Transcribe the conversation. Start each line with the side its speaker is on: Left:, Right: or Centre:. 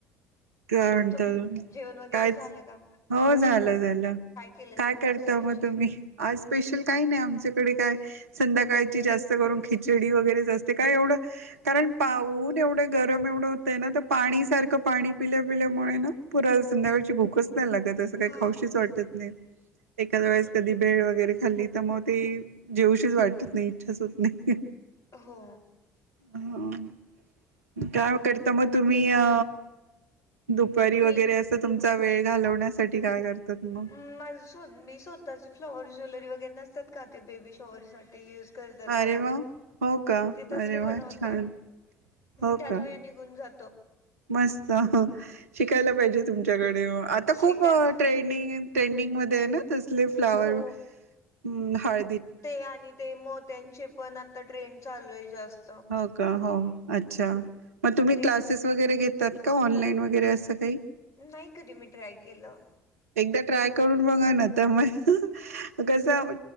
Right: का म्हणत
Left: तुम जेवण वगैरे
Right: कायच
Left: झालं का?
Right: हो झालं झालं
Left: केलेलं
Right: काय करता
Left: आज स्पेशल?
Right: मग तुम्ही आज स्पेशल काही नाही आमच्याकडे काय संध्याकाळची जास्त करून खिचडी वगैरेच असते... काय एवढं कारण पाऊून एवढे गरम एवढं होतं ना तर पाणी सारखं पाणी पिल्या पिल्यामुळे ना पुन्हा संध्याकाळची भूकच नाही लागत असं काही
Left: हा
Right: खाऊशीच
Left: ना
Right: वाटत नाहीत एखादे वेळेस कधी भेळ वगैरे खाल्ली तर मग ते जेवूशिच वाटत नाही... इच्छाच होत नाही
Left: हो
Right: अ.. ह.. काय करता मग तुम्ही... अ दुपारी
Left: मी
Right: वगैरे असं तुमचा वेळ घालवण्यासाठी काय करतात मग
Left: माझं स्वत... मी स्वतः फ्लॉवर ज्वेलरी वगैरे नसतात का ते बेबी शॉवररसाठी युज... करतात
Right: अरे
Left: बघा...
Right: वा! हो का?
Left: ते तसले
Right: अरे वा!
Left: बनवते
Right: छान
Left: ह...
Right: हो
Left: त्यात
Right: का?
Left: वेळ निघून जा.
Right: मस्त.. शिकायला पाहिजे तुमच्याक आता
Left: शिका
Right: खूप
Left: ना
Right: ट्रेंडिंग... अन् ट्रेंडिंग मध्ये आहे ना तसले फ्लावर
Left: हो
Right: हम्म हळ..
Left: ते आणि ते मोत्यांचे पण... आता ट्रेड चालू आहे जास्त
Right: हो का हो अच्छा मग तुम्ही
Left: ते
Right: क्लासेस वगैरे घेत त्यात का ऑनलाईन वगैरे असं काही
Left: नाही कधी मी ट्राय केलं
Right: एकदा ट्राय करून बघा ना तर मग कसं